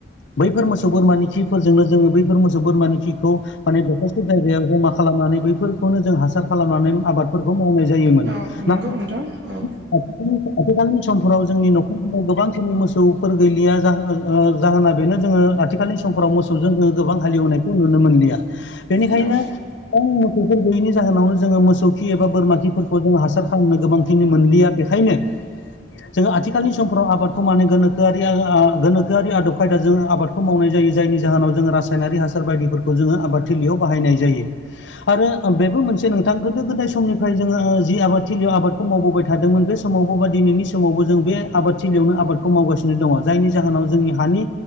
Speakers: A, on the left (about 80°); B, on the right (about 65°).
A: बैफोर मोसौ बोरमानि खिफोरजोंनो जोङो बैफोर मोसौ बोरमानि खिखौ माने दखरसे जायगायाव जमा खालामनानै बैफोरखौनो जों हासार खालामनानै आबाद फोरखौ मावनाय जायोमोन
B: औ नंगौ
A: नाथाय
B: नोंथां औ
A: आथिखालनि समफोराव जोंनि नखर गोबांखिनि मोसौफोर गैलिया जाहोना बेनो जोङो आथिखालनि समफोराव मोसौजों जोङो गोबां हालेवनायखौ नुनो मोनलिया बेनिखायनो
B: औ
A: गोबां मोसौफोर गैयिनि जाहोनावनो जोङो मोसौ खि एबा बोरमा खिफोरखौ जोंङो हासार खालामनो गोबांखिनि मोनलिया बे बेखायनो जोङो आथि आथिखालनि समफ्राव आबादखौ मानो गोनोखोआरि आदब खायदा जोंङो आबादखौ मावनाय जायो जायनि जाहोनाव जोंङो रासाय रासायनारि हासार बायदिफोरखौ जोङो आबाद थिलियाव बाहायनाय जायो। आरो बेबो मोनसे नोंथां गोदो गोदाय समनिफ्राय जोङो जि आबाद थिलियाव आबाद मावबोबाय थादोंमोन बे समावबो बा दिनैनि समावबो जों बे आबाद थिलिआवनो आबादखौ मावगासिनो दङ जायनि जाहोनाव जोंनि हानि